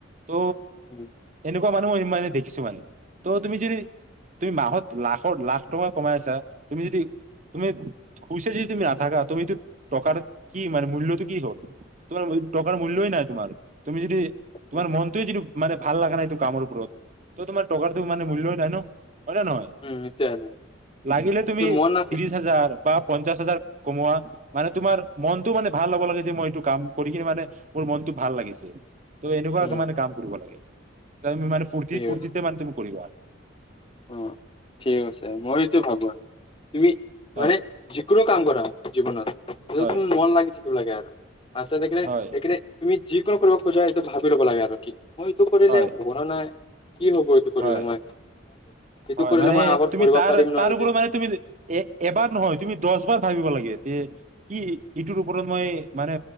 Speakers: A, on the right; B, on the left.
A: ত'
B: উম,
A: এনেকুৱা মানুহও ইমানে দেখিছো মানে। ত' তুমি যদি তুমি মাহত লাখৰ -লাখ টকা কমাই আছা, তুমি যদি, তুমি খুচ যদি তুমি নাথাকা তুমিতো টকাৰ কি মানে মূল্যতটো কি হল তোমাৰ টকাৰ মূল্যই নাই, তোমাৰ তুমি যদি তোমাৰ
B: উম,
A: মনটোই যদি মানে ভাল লাগা নাই কামৰ ওপৰত ত' তোমাৰ টকাৰটো মানে মূল্যই নাই ন'। হয় নে নহয়
B: উম, সেইটোৱে আৰু
A: লাগিলে তুমি
B: যদি মন নাথা
A: ত্ৰিশ- হাজাৰ বা পঞ্চাশ হাজাৰ, কমোৱা মানে তোমাৰ মনটো মানে ভাল হ'ব লাগে যে, মই এইটো কাম কৰি কিনে মানে মোৰ মনতটো ভাল লাগিছে। ত' এনেকুৱ
B: উম,
A: মানে কাম কৰিব লাগে। তাৰমানে ফূৰ্তি
B: ঠিক
A: -ফূৰ্তিতে
B: আছে,
A: মানে তুমি কৰিবা।
B: অ', ঠিক আছে মই এইটো ভাবো, হোৱা, তুমি
A: হয়
B: মানে যিকোনো কাম কৰা জীৱনত য'ত
A: হয়
B: তোমাৰ মন লাগি থাকে। তোৰ লাগে আৰু। <unintelligible>
A: হয়
B: কিয় কৰিব খোজা সেইটো ভাবি ল'ব লাগে আগত কি? মই এইটো কৰিলে
A: হয়
B: হব না নাই। কি হব এইটো কৰিলে
A: হয়
B: মই? এইটো
A: হয়
B: কৰিলে
A: মানে
B: মই আগত
A: তুমি
B: পঢ়িব
A: তাৰ
B: পাৰিম নহ'লে
A: তাৰউপৰি মানে তুমি এ, এবাৰ নহয় তুমি দচ বাৰ ভাবিব লাগিব। কি ইটোৰ ওপৰত মই মানে